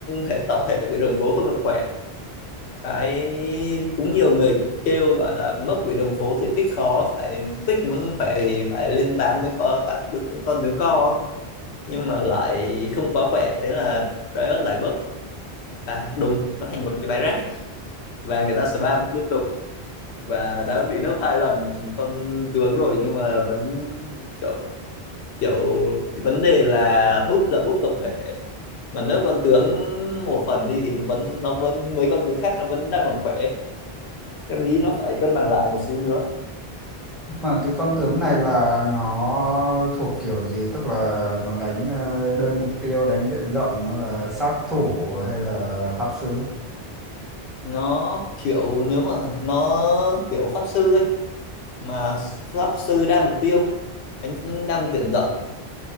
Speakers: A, on the left; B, in the centre.
A: hệ tập hệ của đường phố không được khỏe cái cũng nhiều người kêu gọi là mấp quỷ đường phố thì tích khó phải tích muốn khỏe thì phải lên 8 mới có tác con tướng co á. nhưng mà lại không quá khỏe thế là Riot lại bấp và đùng nó thành một cái bãi rác và người ta spam liên tục và đã bị nấp hai lần con tướng rồi nhưng mà vẫn kiểu, kiểu cái vấn đề là búp là búp tập thể mà nếu con tướng một phần đi thì nó vẫn nó vẫn mấy con tướng khác nó vẫn đang còn khỏe em nghĩ nó phải cân bằng lại một xíu nữa
B: Mà cái con tướng này là nó thuộc kiểu gì? Tức là nó đánh ờ, đơn mục tiêu, đánh diện rộng, nó là sát thủ hay là pháp sư?
A: nó kiểu nếu mà nó kiểu pháp sư ấy mà pháp sư đa mục tiêu đánh đam diện rộng